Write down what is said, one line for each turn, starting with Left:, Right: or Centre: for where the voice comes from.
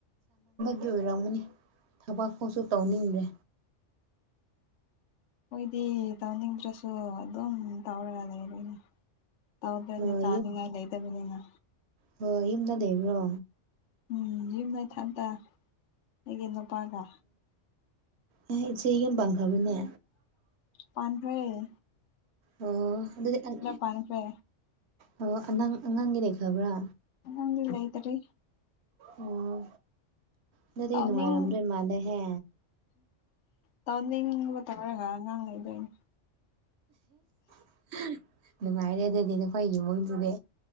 Right: ꯑꯗꯨ ꯑꯣꯏꯔꯝꯒꯅꯤ ꯊꯕꯛ ꯐꯥꯎꯁꯨ ꯇꯧꯅꯤꯡꯗ꯭ꯔꯦ
Left: ꯅꫭꯏꯗꯤ ꯇꯧꯅꯤꯡꯗ꯭ꯔꯁꯨ ꯑꯗꯨꯝ ꯇꯧꯔꯒ ꯂꯩꯔ‌ꯦꯅꯦ ꯇꯧꯗ꯭ꯔꯗꯤ
Right: ꯑꯣ
Left: ꯆꯅꯤꯉꯥꯏ ꯂꯩꯇꯕꯅꯤꯅ
Right: ꯍꯣꯏ ꯌꯨꯝꯗ ꯂꯩꯕ꯭ꯔꯣ
Left: ꯎꯝ ꯌꯨꯝꯗ ꯏꯊꯟꯇ ꯑꯩꯒꯤ ꯅꯨꯄꯥꯒ
Right: ꯑ‌ꯦ ꯏꯆ‌ꯦ ꯌꯨꯝ ꯄꯥꯟꯈꯔꯕꯅꯦ
Left: ꯄꯥꯟꯈ꯭ꯔ‌ꯦ
Right: ꯑꯣ ꯑꯗꯨꯗꯤ ꯑꯪ
Left: ꯄꯥꯟꯈ꯭ꯔꯦ
Right: ꯑꫭ ꯑꯉꯥꯡꯗꯤ ꯂꯩꯈꯔꯕ꯭ꯔꯥ
Left: ꯑꯉꯥꯡꯗꯤ ꯂꯩꯇꯔꯤ
Right: ꯑꯣ ꯑꯗꯨꯗꯤ
Left: ꯇꯧꯅꯤꯡ
Right: ꯅꯨꯡꯉꯥꯏꯔꯝꯗꯣꯏ ꯃꯥꯜꯂꯦꯍꯦ
Left: ꯇꯧꯅꯤꯡꯕ ꯇꯧꯔꯒ ꯑꯉꯥꯡ ꯂꯩꯗꯣꯏꯅꯤ
Right: <unintelligible> ꯅꯨꯡꯉꯥꯏꯔꯦ ꯑꯗꯨꯗꯤ ꯅꯈꯣꯏ ꯏꯃꯨꯡꯗꯨꯗꯤ